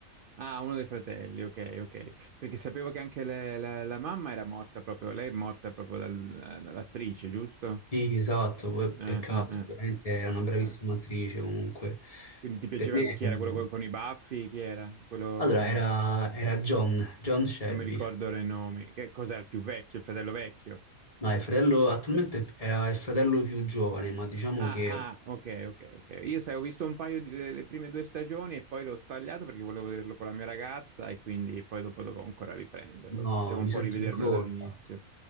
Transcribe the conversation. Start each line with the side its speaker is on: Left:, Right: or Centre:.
Right: Ah, uno dei fratelli, ok, ok. Perché sapevo che anche le- la, la mamma era morta proprio, lei è morta proprio dal- dall'attrice, giusto?
Left: Sì, esatto, poi
Right: Eh,
Left: peccato,
Right: eh, eh.
Left: veramente era
Right: Eh,
Left: una
Right: eh,
Left: bravissima
Right: eh.
Left: attrice comunque.
Right: Quindi ti piaceva
Left: Per me...
Right: chi
Left: mhmm,
Right: era quello co- con, i baffi? Chi era? Quello...
Left: Allora, era, era John, John Shelby.
Right: Non mi ricordo ora i nomi. Che cos'è il più vecchio, il fratello vecchio?
Left: No, il fratello, attualmente era il fratello più giovane, ma diciamo
Right: Ah,
Left: che
Right: ah, ok, ok, ok. Io sai, ho visto un paio di le, le prime due stagioni e poi l'ho stagliato perché volevo vederlo con la mia ragazza e quindi poi dopo dovevo ancora riprenderlo.
Left: no,
Right: Devo un
Left: mi
Right: po'
Left: sento
Right: rivedermelo
Left: in colpa,
Right: dall'inizio.